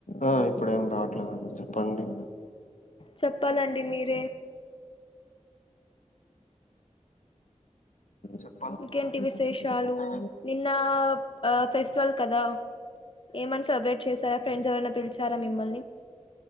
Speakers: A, on the left; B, on the left.
A: ఆ ఇప్పుడు ఏం రావట్లేదండి చెప్పండి
B: చెప్పాలండి మీరే
A: చెప్పాలండి
B: ఇంకేంటి విశేషాలు
A: అంటే
B: నిన్న ఆ ఫెస్టివల్ కదా ఏమన్నా సెలబ్రేట్ చేసారా ఫ్రెండ్స్ ఎవరైనా పిలిచారా మిమ్మల్ని